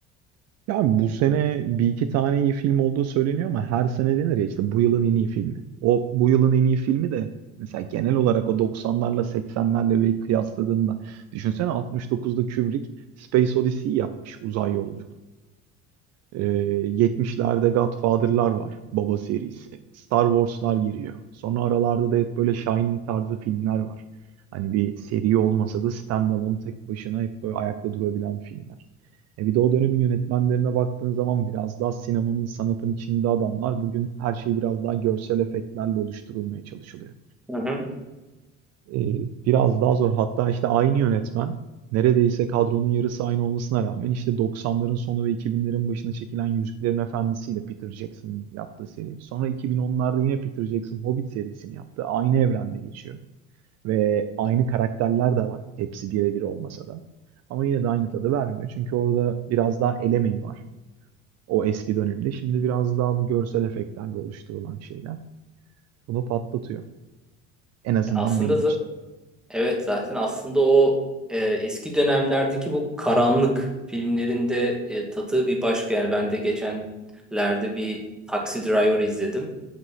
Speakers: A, on the right; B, in the centre.
A: Ya abi bu sene bir iki tane iyi film olduğu söyleniyor ama her sene denir ya işte bu yılın en iyi filmi. O bu yılın en iyi filmi de mesela genel olarak o doksanlarla seksenlerle bir kıyasladığında düşünsene 69'da Kubrick Space Odyssey yapmış uzay yolculuğu. Ee, 70'lerde Godfather'lar var. Baba serisi. Star Wars'lar giriyor. Sonra aralarda da hep böyle Shining tarzı filmler var. Hani bir seri olmasa da standalone tek başına hep böyle ayakta durabilen filmler. E bir de o dönemin yönetmenlerine baktığın zaman biraz daha sinemanın sanatın içinde adamlar. Bugün her şey biraz daha görsel efektlerle oluşturulmaya çalışılıyor
B: Hı hı.
A: e, biraz daha zor. Hatta işte aynı yönetmen neredeyse kadronun yarısı aynı olmasına rağmen işte 90'ların sonu ve 2000'lerin başına çekilen Yüzüklerin Efendisi ile Peter Jackson'ın yaptığı seri. Sonra 2010'larda yine Peter Jackson Hobbit serisini yaptı. Aynı evrende geçiyor. Ve aynı karakterler de var. Hepsi birebir olmasa da. Ama yine de aynı tadı vermiyor. Çünkü orada biraz daha el emeği var. O eski dönemde. Şimdi biraz daha bu görsel efektlerle oluşturulan şeyler. Bunu patlatıyor. En azından
B: Aslında
A: benim
B: za-
A: için.
B: evet zaten aslında o e, eski dönemlerdeki bu karanlık filmlerinde e, tadı bir başka yani ben de geçenlerde bir Taxi Driver izledim.